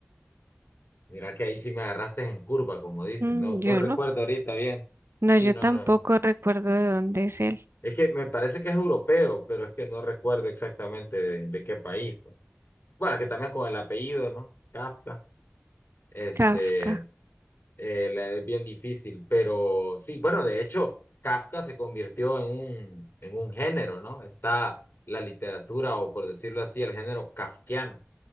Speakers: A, on the left (about 60°); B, on the right (about 75°).
A: Mira que ahí sí me agarraste en curva, como dicen.
B: Mm,
A: No, no
B: yo
A: recuerdo
B: no.
A: ahorita bien.
B: No,
A: Sí,
B: yo
A: no,
B: tampoco
A: no.
B: recuerdo de dónde es él.
A: Es que me parece que es europeo, pero es que no recuerdo exactamente de, de qué país. pues. Bueno, que también con el apellido, ¿no? Kafka. Este,
B: Kafka.
A: eh, la- es bien difícil, pero sí, bueno, de hecho, Kafka se convirtió en un, en un género, ¿no? Está la literatura, o por decirlo así, el género kafkiano.